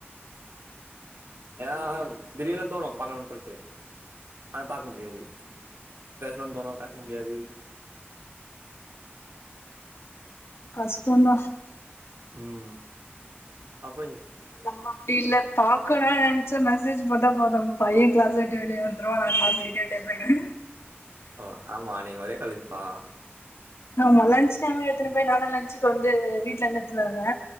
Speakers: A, on the right (about 80°); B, on the left (about 80°).
A: ஏ திடீர்னு தோனு பாக்கனுன் சொல்ட்டு அ பாக்க முடியாது பேஸ்னுன் தோணு பேச முடியாது
B: கஸ்டோந்தா
A: உம் அப்புறோ
B: நம்ப அப்டி இல்ல பாக்கணு நனச்சா மெசேஜ் போட்டா போதும் பையன் கிளாஸ்ஸ விட்டு வெளியே வந்துருவா நா களாஸ்ஸ விட்டே வெளிய போய்டுவே
A: ஓ ஆமா நீங்க ஒரே காலேஜ் ப்பா
B: ஆமா லன்ச் டைம்ல எடுத்துனு போய் நா தா லஞ்சுக்கு வந்து வீட்ல இருந்து எத்துனு வருவ